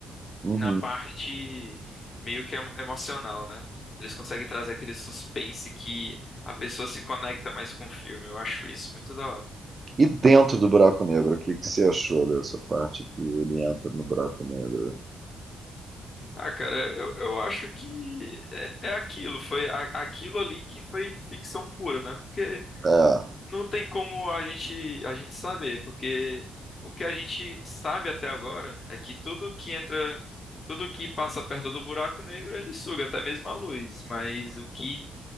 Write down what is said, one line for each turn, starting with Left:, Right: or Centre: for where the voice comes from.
Right: Uhum.
Left: na parte meio que emo- emocional, né? Eles conseguem trazer aquele suspense que a pessoa se conecta mais com o filme. Eu acho isso muito da hora.
Right: E dentro do buraco negro, o que que você achou dessa parte que ele entra no buraco negro?
Left: Ah, cara, eu, eu acho que é, é aquilo, foi a- aquilo ali que foi ficção pura, né? Porque
Right: É,
Left: não tem como a gente a gente saber, porque o que a gente sabe até agora é que tudo que entra, tudo que passa perto do buraco negro, ele suga, até mesmo a luz, mas o que